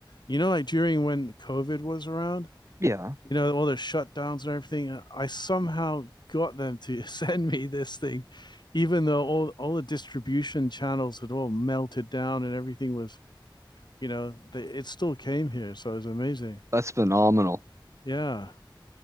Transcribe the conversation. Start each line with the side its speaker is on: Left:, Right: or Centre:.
Left: you know, like during when COVID was around,
Right: Yeah.
Left: you know, all the shutdowns and everything, uh, I somehow got them to <laughs> send me this thing, even though all, all the distribution channels had all melted down and everything was, you know, they, it still came here. So it was amazing.
Right: That's phenomenal.
Left: Yeah.